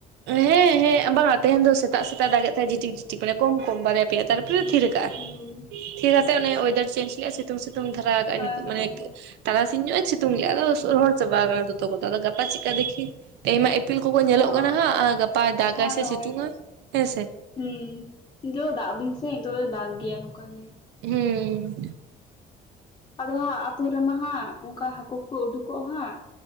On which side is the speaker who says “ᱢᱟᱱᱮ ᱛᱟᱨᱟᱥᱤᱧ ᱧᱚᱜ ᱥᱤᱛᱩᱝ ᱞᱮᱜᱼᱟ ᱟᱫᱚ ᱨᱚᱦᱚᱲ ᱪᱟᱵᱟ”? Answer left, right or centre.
Right